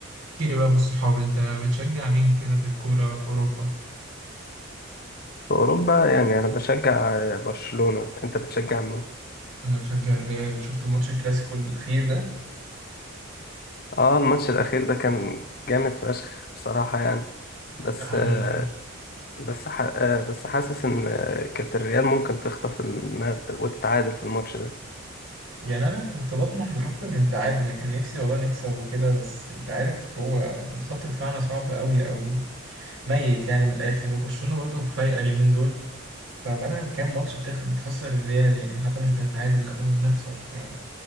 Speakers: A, on the right; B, on the left.
A: احكي لي بقى بالصحاب انت بتشجع مين كده في الكورة في اوروبا
B: في أوروبا يعني أنا بشجع برشلونة أنت بتشجع مين؟
A: انا بشجع الريال شفت الماتش الكلاسيكو الاخير ده
B: آه الماتش الأخير ده كان جامد فشخ بصراحة يعني بس
A: ده حقيقي
B: آه، بس ح- آه، بس حاسس إن آه، كانت الريال ممكن تخطف النا- وتتعادل في الماتش ده
A: يعني انا ف- كنت بطمح لاكتر من تعادل انا كان نفسي والله نكسب وكده بس انت عارف هو خط دفاعنا صعب قوي او ميت يعني من الاخر وبرشلونة برضه فايقة اليومين دول فبقالها كام ماتش بتخ... بتخسر الريال يعني حتى مش بنتعادل لا بنخسر يعني